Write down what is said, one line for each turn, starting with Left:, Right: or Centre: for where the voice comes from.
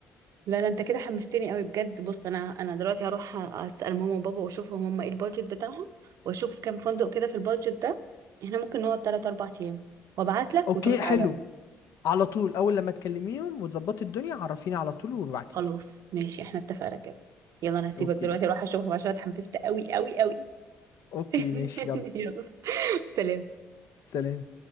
Right: لا لا انت كده حمستني قوي بجد بص انا انا دلوقتي هروح اسال ماما وبابا واشوفهم هم ايه البادجت بتاعهم واشوف كام فندق كده في البادجت ده احنا ممكن نقعد 3 4 ايام وابعت لك
Left: اوكي
Right: وترد
Left: حلو
Right: عليا
Left: على طول اول لما تكلميهم وتظبطي الدنيا عرفيني على طول وابعتيلي
Right: خلاص ماشي احنا اتفقنا كده يلا انا هسيبك
Left: اوكي
Right: دلوقتي اروح اشوفهم عشان اتحمست قوي قوي قوي
Left: اوكي
Right: <laughs>
Left: ماشي يلا
Right: يلا سلام
Left: سلام